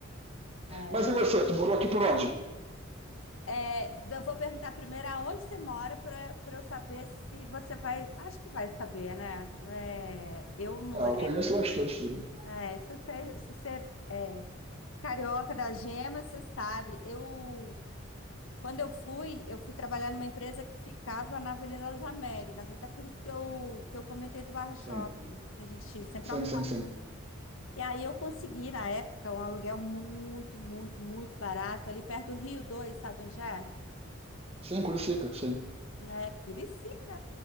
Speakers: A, on the left; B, on the right.
A: É,
B: Mas e você, tu morou aqui por onde?
A: é, eu vou perguntar primeiro aonde você mora para eu saber se você vai. Acho que vai saber, né? É, eu morei.
B: Ah, eu conheço bastante, sim.
A: é, se você, se você é carioca da Gema, você sabe. Eu Quando eu fui, eu fui trabalhar numa empresa que ficava na Avenida das Américas, até por isso que eu, que eu comentei do Barra
B: Sim,
A: Shopping, que a gente sempre
B: sim,
A: almoçava.
B: sim. Sim,
A: E aí eu consegui, na época, um aluguel muito, muito, muito barato, ali perto do Rio 2, sabe onde é?
B: sim Curicica, sim.
A: É Curicica,